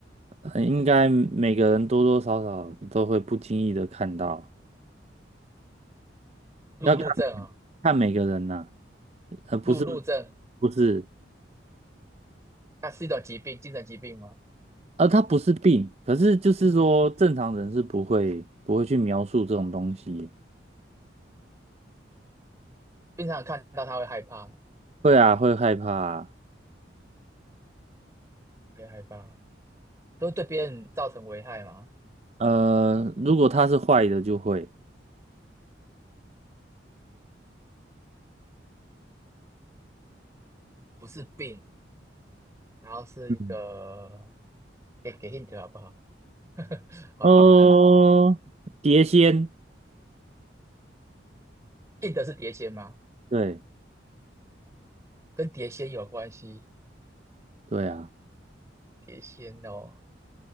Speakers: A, on the right; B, on the right.
A: 呃应该每个人多多少少都会不经意的看到，
B: 路怒症啊、
A: 要看看每个人呐、呃，不是，
B: 路怒症，
A: 不是，
B: 它是一种疾病，精神疾病吗？
A: 呃，它不是病，可是就是说正常人是不会不会去描述这种东西，
B: 经常看到他会害怕吗？
A: 会啊，会害怕啊。
B: 会害怕，都对别人造成危害吗？
A: 呃，如果它是坏的就会，
B: 不是病，然后是一个，
A: 嗯，
B: 给给 hint 好不好？<laughs> 好难啊。
A: 呃，碟仙，
B: 硬的是碟仙吗？
A: 对
B: 跟碟仙有关系？
A: 对啊，
B: 碟仙哦，